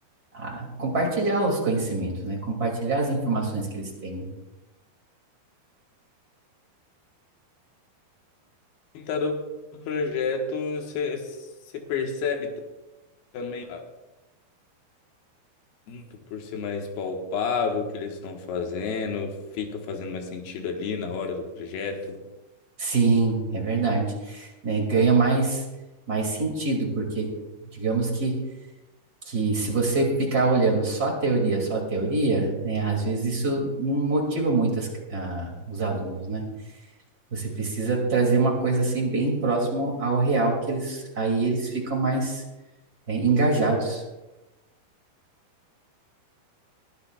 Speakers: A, on the right; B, on the left.
A: a compartilhar os conhecimentos, né, compartilhar as informações que eles têm, né?
B: Tá do projeto, você você percebe também. muito por ser mais palpável o que eles estão fazendo, fica fazendo mais sentido ali na hora do projeto.
A: Sim, é verdade, né? Ganha mais mais sentido, porque digamos que que se você ficar olhando só a teoria, só a teoria, né, às vezes isso não motiva muito as- ah, os alunos, né? Você precisa trazer uma coisa assim bem próximo ao real que eles aí eles ficam mais eh, engajados.